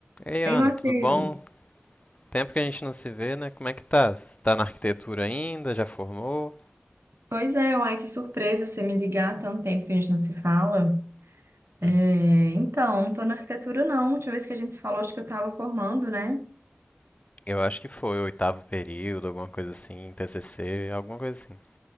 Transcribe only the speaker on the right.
Ei,
Matheus.
Pois é, uai, que surpresa você me ligar há tanto tempo que a gente não se fala. É,
então, não tô na arquitetura, não. A última vez que a gente se falou, acho que eu tava formando, né?